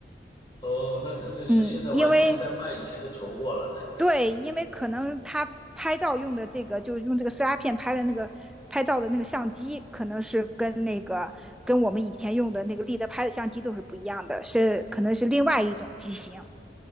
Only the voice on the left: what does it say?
哦，那它就是现在完全是在卖以前的存货了，
那就是。